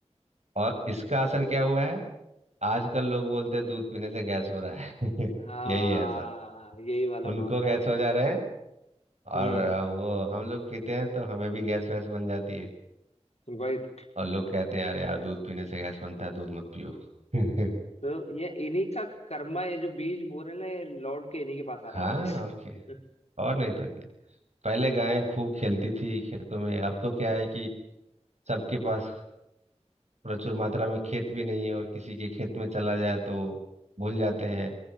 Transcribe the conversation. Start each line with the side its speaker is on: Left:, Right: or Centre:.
Right: और इसका असर क्या हुआ है आजकल लोग बोलते हैं दूध पीने से गैस हो रहा है <laughs>
Left: हाँ
Right: यही है असर
Left: यही वाला
Right: उनको
Left: मामला
Right: गैस
Left: है
Right: हो जा रहे हैं और
Left: हम्म
Right: अ, वो हम लोग पीते हैं तो हमें भी गैस वैस बन जाती है
Left: वही तो,
Right: और लोग कहते हैं अरे यार दूध पीने से गैस बनता है दूध मत पियो <laughs> तो
Left: तो ये इन्हीं का कर्मा ये जो बीज बोरे ना ये लौट के इन्हीं के पास आ
Right: हाँ
Left: रहा है वापस
Right: और क्या
Left: <laughs>
Right: और नहीं तो क्या पहले गायें खूब खेलती थी खेतों में अब तो क्या है कि सबके पास प्रचुर मात्रा में खेत भी नहीं है और किसी के खेत में चला जाए तो भूल जाते हैं